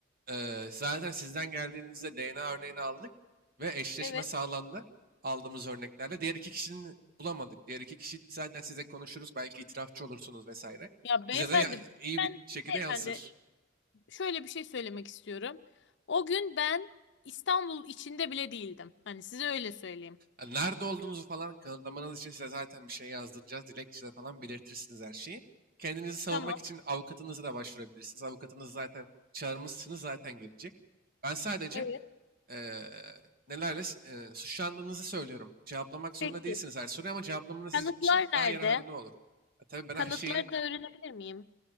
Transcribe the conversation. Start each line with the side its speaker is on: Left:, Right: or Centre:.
Right: Ee, zaten sizden geldiğinizde DNA örneğini aldık ve eşleşme
Left: Evet.
Right: sağlandı aldığımız örneklerle. Diğer iki kişinin bulamadık. Diğer iki kişi zaten size konuşuruz. Belki itirafçı olursunuz vesaire.
Left: Ya beyefendi,
Right: Size de ya- iyi
Left: ben
Right: bir şekilde
Left: beyefendi
Right: yansır.
Left: şöyle bir şey söylemek istiyorum. O gün ben İstanbul içinde bile değildim. Hani size öyle söyleyeyim.
Right: Yani nerede olduğunuzu falan kanıtlamanız için size zaten bir şey yazdıracağız. Dilekçede falan belirtirsiniz her şeyi. Kendinizi savunmak
Left: Tamam.
Right: için avukatınızı da başvurabilirsiniz. Avukatınızı zaten çağırmışsınız zaten gelecek. Ben sadece
Left: Evet.
Right: eee, nelerle eee, suçlandığınızı söylüyorum. Cevaplamak zorunda
Left: Peki.
Right: değilsiniz her soruyu ama cevaplamanız
Left: Kanıtlar
Right: sizin için daha
Left: nerede?
Right: yararlı olur. E, tabii ben
Left: Kanıtları
Right: her şeyi
Left: da öğrenebilir miyim?